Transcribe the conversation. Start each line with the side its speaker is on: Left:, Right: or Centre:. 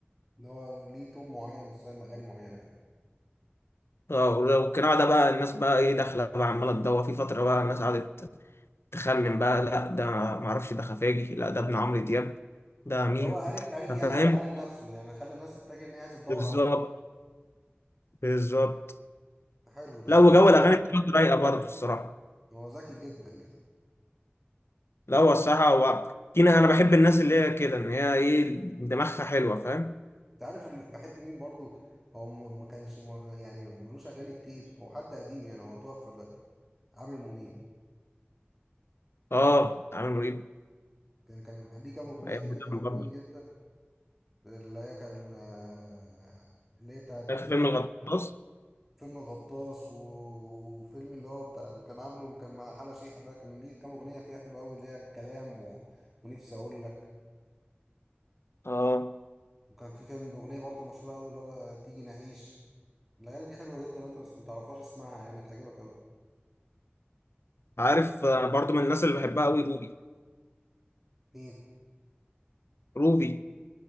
Centre: اللي هو ليه تون معين وستايل اغاني معينه يعني
Left: اه والقناع ده بقى الناس بقى ايه داخله بقى عماله تدور في فتره بقى الناس قعدت تخمن بقى لا ده معرفش ده خفاجي لا ده ابن عمرو دياب ده مين
Centre: اللي هو عارف عارف يعمل
Left: فاهم
Centre: دعايه لنفسه يعني خلى الناس تتجه ان هي عايزه تدور
Left: بالظبط
Centre: عليه
Left: بالظبط
Centre: حلو ده
Left: لا وجو
Centre: ده
Left: الاغاني بتاعته رايقه برضه الصراحه
Centre: هو ذكي جدا كده
Left: لا هو الصراحة هو كينا أنا بحب الناس اللي هي كده إن هي إيه دماغها حلوة فاهم؟
Centre: انت عارف ال- بحب مين برضو هو م- ما كانش م- يعني ملوش اغاني كتير هو حد قديم يعني هو توفى دلوقتي عامر منيب
Left: آه عامل مريب
Centre: كان كان كان ليه كام اغنيه
Left: أيام
Centre: كده كانوا
Left: زمان
Centre: حلوين
Left: برضه
Centre: جدا اللي هي كان آه، اللي هي بتاعت
Left: عارف فيلم الغطاس؟
Centre: فيلم الغطاس و- وفيلم اللي هو بتاع اللي كان عامله اللي كان مع حلا شيحة ده كان ليه كام اغنيه فيها حلوه قوي اللي هي كلام و... ونفسي اقول لك
Left: اه
Centre: وكان في فيلم اغنيه برضو مشهوره قوي اللي هو تيجي نعيش الاغاني دي حلوه جدا لو انت بس متعرفهاش اسمعها يعني هتعجبك قوي
Left: عارف آه، برضه من الناس اللي بحبها قوي روبي
Centre: مين
Left: روبي